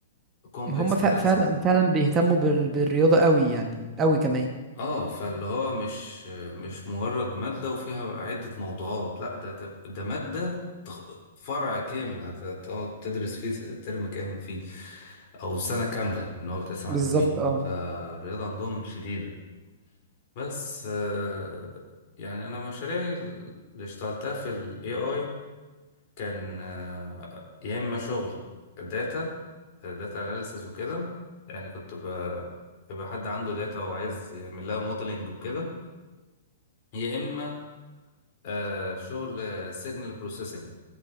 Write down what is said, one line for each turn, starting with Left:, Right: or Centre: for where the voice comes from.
Left: كومبلكس
Right: هما
Left: أناليسز
Right: فع- فعلا فعلا بيهتموا بال... بالرياضة قوي يعني قوي كمان
Left: اه فاللي هو مش مش مجرد مادة وفيها عدة موضوعات لا ده ده ده مادة تخ- فرع كامل هت- هتقعد تدرس فيه س- ترم كامل فيه او سنة كاملة ان هو بيتقسم على
Right: بالظبط
Left: ترمين
Right: اه
Left: فالرياضة عندهم شديدة بس آه، يعني انا مشاريعي اللي اشتغلتها في ال AI كان آه، يا اما شغل داتا داتا اناليسز وكده يعني كنت ب- بيبقى حد عنده داتا وعايز يعمل لها موديلنج وكده يا اما آه شغل سيجنال بروسيسنج